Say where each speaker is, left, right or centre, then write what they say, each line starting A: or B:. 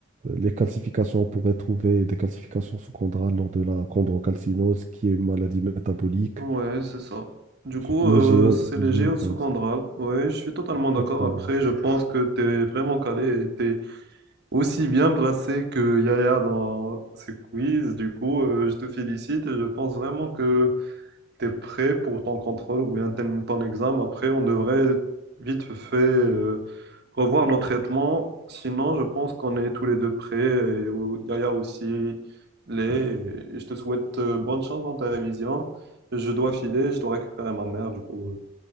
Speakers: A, on the right; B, on the right.
A: les calcifications, on pourrait trouver des calcifications sous-chondrales lors de la chondrocalcinose, qui est une maladie métabolique.
B: Ouais, c'est ça. Du coup,
A: Les
B: euh,
A: géodes,
B: c'est
A: les
B: le
A: géodes,
B: géo sous-condral.
A: hein, c'est
B: Ouais, je suis totalement d'accord.
A: exactement.
B: Après, je pense que tu es vraiment calé et tu es aussi bien placé que Yaya dans ce quiz. Du coup, euh, je te félicite et je pense vraiment que t'es prêt pour ton contrôle ou bien ton ton examen. Après, on devrait vite fait euh, revoir nos traitements. Sinon, je pense qu'on est tous les deux prêts. Et ou- Yaya aussi les Je te souhaite euh, bonne chance dans ta révision. Je dois filer, je dois récupérer ma mère, du coup. euh,